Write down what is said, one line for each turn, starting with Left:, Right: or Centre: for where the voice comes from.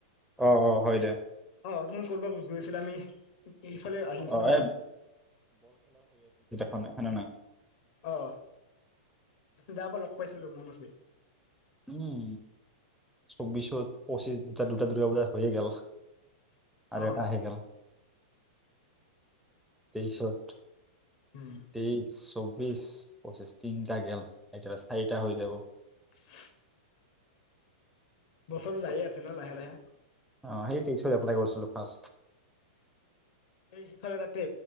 Centre: অ অ হয় দে
Left: অ অৰথোন কৰিব গৈছিল আমি ইফালে আহি
Centre: অ
Left: আছিলো
Centre: এই
Left: ন।
Centre: হনা হানা নাই।
Left: অ যাবা লগ পাইছিলো মনত আছে।
Centre: উম চবিশৰ পঁচিছ দুটা দুটা দুৰ্গাপূজা হৈয়ে গল। আৰু
Left: অ
Centre: এটা আহি গেল। তেইছত।
Left: উম
Centre: তেইছ চব। বিশ পঁচিছ তিনিটা গেল এটা চাৰিটা হৈ যাব।
Left: <unintelligible> বছৰ যাই আছে ন লাহে লাহে।
Centre: অ সেই টেইশত এপ্লাই কৰিছিলো। ফাৰ্ষ্ট
Left: এই সিফালে তাতে।